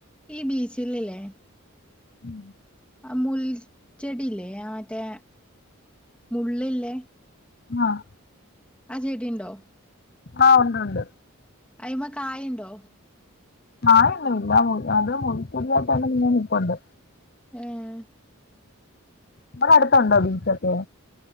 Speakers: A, in the centre; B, on the left.
A: ഈ ബീച്ചിൽല്ലേ
B: ഉം
A: ആഹ് മുൽച്ചെടില്ലേ ആഹ് മറ്റേ മുള്ളില്ലേ
B: ആഹ്
A: ആഹ് ചെടിയണ്ടോ
B: ആഹ് ഉണ്ട് ഉണ്ട്
A: അയി്മ കായുണ്ടോ
B: കായോന്നുംല്ല അത് മുൾ ചെടിയായിട്ടന്നെ നിൽക്കണ്ട്
A: ആഹ്
B: നമ്മടെ അടുത്തുണ്ടോ ബീച്ചൊക്കെ